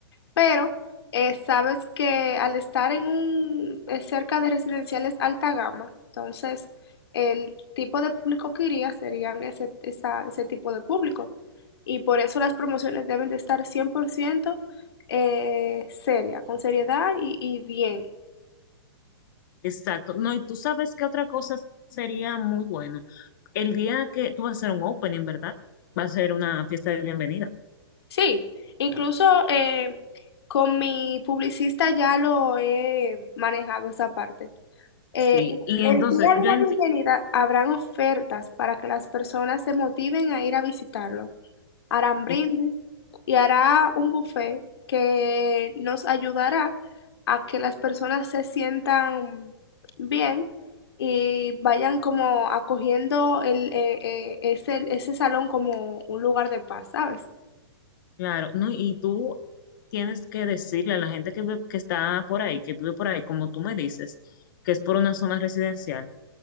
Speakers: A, on the left; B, on the left.
A: pero eh, sabes que al estar en un eh, cerca de residenciales alta gama, entonces el tipo de público que iría serían ese, esa- ese tipo de público. Y por eso las promociones deben de estar 100% eh, seria, con seriedad y, y bien.
B: Exacto. No, y tú sabes que otra cosa sería muy bueno. El día que tú vas a hacer un opening, ¿verdad? Va a ser una fiesta de bienvenida.
A: Sí, incluso eh, con mi publicista ya lo he manejado esa parte. Eh,
B: Sí. Y
A: el
B: entonces,
A: día de
B: yo
A: la
B: enti-
A: bienvenida habrán ofertas para que las personas se motiven a ir a visitarlo. Harán brindis
B: eh,
A: y hará un buffet que nos ayudará a que las personas se sientan bien y vayan como acogiendo el, eh, eh, ese, ese salón como un lugar de paz, ¿sabes?
B: claro, no, y tú tienes que decirle a la gente que, ve- que está por ahí, que vive por ahí, como tú me dices, que es por una zona residencial